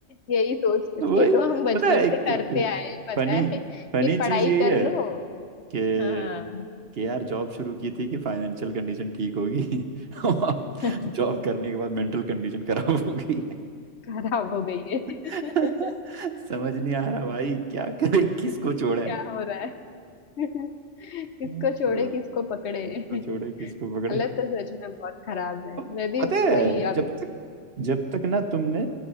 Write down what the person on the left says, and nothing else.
यही सोच सोच
के तो हम बचपन
से करते
आए हैं, पता
है कि
पढ़ाई
कर
लो
हाँ
<laughs>
खराब हो गई है <laughs>
क्या हो रहा है <laughs> किसको
छोड़े किसको पकड़े
<laughs>
हालत तो सच में बहुत खराब है
मैं भी
वही
अब